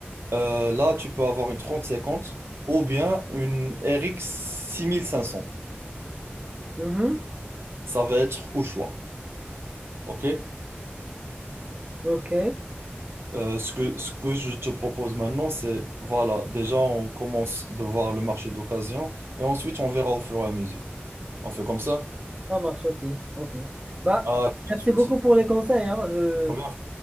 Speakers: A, on the right (about 75°); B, on the right (about 30°).
A: euh, là, tu peux avoir une 3050 ou bien une RX 6500.
B: Mhm.
A: Ça va être au choix, OK?
B: Ok.
A: Euh, ce que, ce que je te propose maintenant, c'est, voilà, déjà, on commence de voir le marché d'occasion et ensuite, on verra au fur et à mesure. On fait comme ça?
B: Ça marche, ok, ok. Bah,
A: Ah, tout
B: merci
A: de suite.
B: beaucoup pour les conseils, hein. Je...
A: Très bien.